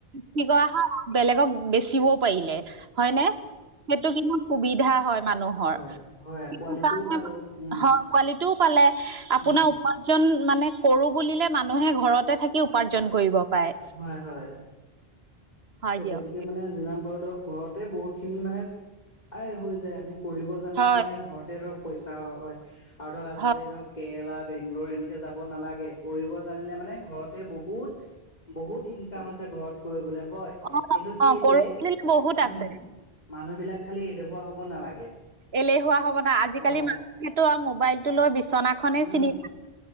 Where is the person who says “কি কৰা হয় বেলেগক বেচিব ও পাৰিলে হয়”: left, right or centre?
Right